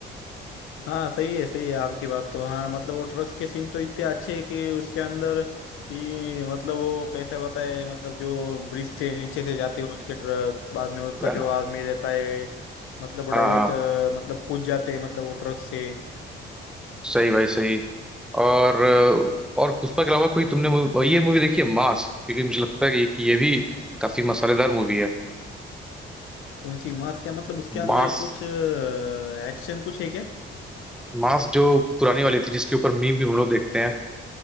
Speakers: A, on the left; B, in the centre.
A: हाँ सही है सही है आपकी बात तो हाँ मतलब वो ट्रक्स के सीन तो इतने अच्छे हैं कि उसके अंदर कि मतलब वो कैसा बताए मतलब जो ब्रिज से नीचे से जाते हैं उसके ट्रक बाद में उसका
B: हाँ
A: जो आदमी रहता है मतलब
B: हाँ
A: डायरेक्ट मतलब कूद जाते हैं मतलब वो ट्रक से
B: सही भाई सही और और पुष्पा के अलावा कोई तुमने मूवी ये मूवी देखी है मास क्योंकि मुझे लगता है कि कि ये भी काफी मसालेदार मूवी है
A: कौन सी मास क्या मतलब उसके अंदर
B: मास
A: कुछ एक्शन कुछ है क्या
B: मास जो पुरानी वाली थी जिसके ऊपर मीम भी हम लोग देखते हैं